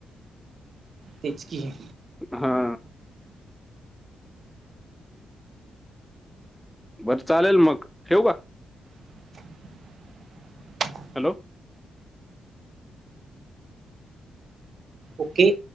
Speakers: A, on the right (about 45°); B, in the centre.
A: तेच कि.
B: हा! बरं चालेल मग ठेऊ का?
A: <inaudible>
B: हॅलो!
A: ओके!